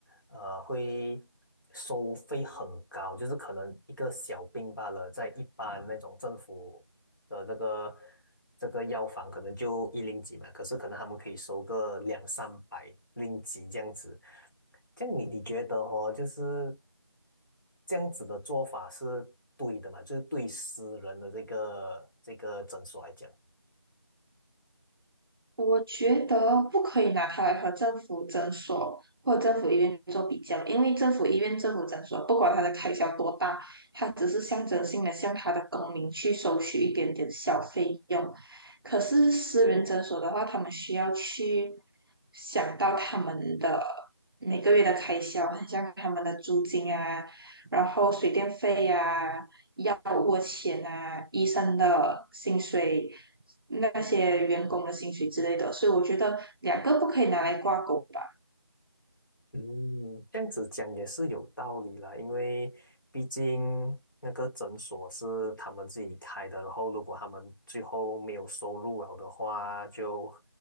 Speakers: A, on the left; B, on the right.
A: 呃会收费很高，就是可能一个小病罢了，在一般那种政府的这个这个药房，可能就一零几嘛，可是可能他们可以收个两三百零几这样子。这样你你觉得哦，就是这样子的做法是对的嘛？就是对私人的这个这个诊所来讲。
B: 我觉得不可以拿它来和政府诊所或者政府医院做比较，因为政府医院、政府诊所，不管它的开销多大，它只是象征性的向它的公民去收取一点点小费用。可是私人诊所的话，他们需要去想到他们的每个月的开销，很像他们的租金啊，然后水电费呀。药物钱啊，医生的薪水、那些员工的薪水之类的，所以我觉得两个不可以拿来挂钩吧。
A: 嗯，这样子讲也是有道理啦，因为毕竟那个诊所是他们自己开的，然后如果他们最后没有收入了的话，就